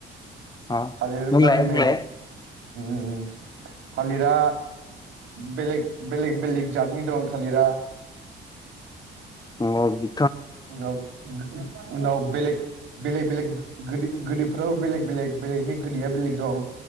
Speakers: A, on the left (about 20°); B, on the right (about 85°).
A: अ
B: थालिर होनबा
A: बुंलाय
B: ओम
A: बुंलाय
B: ओम थालिरा बेलेग- बेलेग -बेलेग जातनि दं थालिरा <inaudible>
A: नंगौ बि
B: उनाव- उनाव बेलेग बेलेग -बेलेग गो गोदैफोराव बेलेग- बेलेग बेलेगनि गोदैया बेलेग दं।